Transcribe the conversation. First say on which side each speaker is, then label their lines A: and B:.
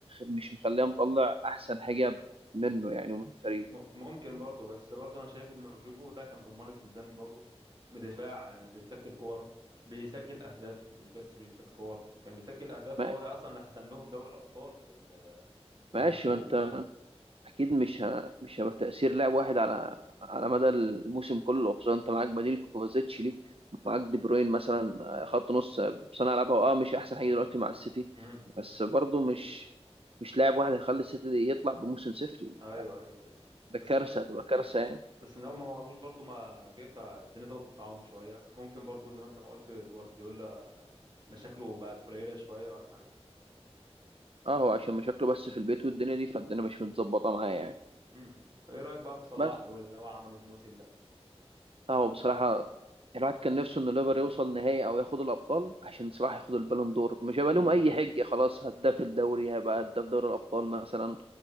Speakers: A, on the right; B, on the right.
A: مش مخليه مطلع احسن حاجه منه يعني ومن الفريق
B: م- ممكن برضو بس برضو أنا شايف إن رودريجو ده كان رمانة ميزان برضو بدفاع آه، بيفتك الكور بيسجل أهداف مش بس بيفتك كور كان بيسجل أهداف
A: ما-
B: هو أصلا اللي حسم لهم دوري الأبطال في ال- آه، لما
A: ماشي
B: <laughs> كسبوه
A: ما انت اكيد مش ه... مش هيبقى تاثير لاعب واحد على على مدى الموسم كله خصوصا انت معاك بديل كوفازيتش ليه معاك دي بروين مثلا آه، خط نص آه، صانع لعبها اه مش احسن حاجه دلوقتي مع السيتي
B: مم.
A: بس برضه مش مش لاعب واحد هيخلي السيتي دي يطلع بموسم صفري
B: أيوه أيوه
A: ده
B: بس
A: كارثه
B: من
A: هتبقى كارثه يعني
B: بس من اول ما مرموش برضو ما جه فالدنيا ظبطت معاهم شويه ممكن برضو زي ما انت ما قلت جوارديولا مشاكله بقت قليله شويه ولا حاجه
A: اه هو عشان مشاكله بس في البيت والدنيا دي فالدنيا مش متظبطه معاه يعني
B: امم ايه رايك بقى في صلاح
A: بس
B: واللي هو عمله الموسم ده
A: لا هو بصراحة الواحد كان نفسه إن ليفر يوصل نهائي أو ياخد الأبطال عشان صراحة ياخد البالون دور مش هيبقى
B: امم
A: لهم أي حجة خلاص هداف الدوري هيبقى هداف دوري الأبطال مثلا